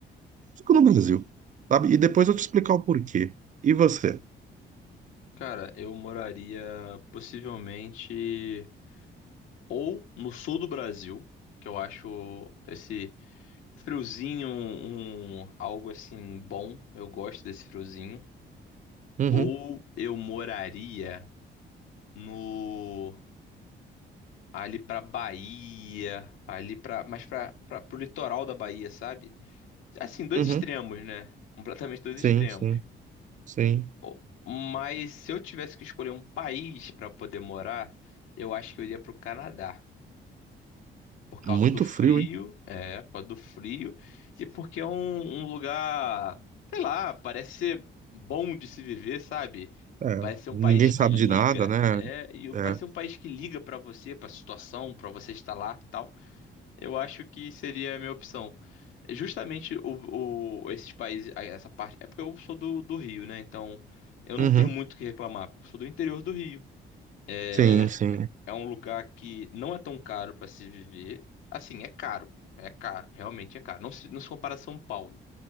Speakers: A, on the right; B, on the left.
A: fico no Brasil, sabe? E depois eu te explicar o porquê. E você?
B: Cara, eu moraria possivelmente ou no sul do Brasil, que eu acho esse friozinho um, algo assim bom. Eu gosto desse friozinho.
A: Uhum,
B: Ou eu moraria no ali pra Bahia, ali pra, mais pra, pra, pro litoral da Bahia, sabe? Assim, dois
A: uhum.
B: extremos, né? Completamente dois
A: Sim,
B: extremos.
A: sim, sim.
B: O- Mas se eu tivesse que escolher um país pra poder morar, eu acho que eu iria pro Canadá. Por causa
A: Muito
B: do frio,
A: frio, hein?
B: é, por causa do frio, e porque é um, um lugar, sei lá, parece ser bom de se viver, sabe?
A: É,
B: Parece ser um
A: ninguém
B: país que
A: sabe
B: liga,
A: de nada, né?
B: é, e
A: É,
B: parece ser um país que liga pra você, pra situação, pra você estar lá. e tal. Eu acho que seria a minha opção. É Justamente o, o- esses países, a- essa parte. É porque eu sou do, do Rio, né? Então eu não
A: Uhum,
B: tenho muito o que reclamar, porque eu sou do interior do Rio. É,
A: sim, sim.
B: é um lugar que não é tão caro para se viver. Assim, é caro. É caro, realmente é caro. Não se, não se compara a São Paulo.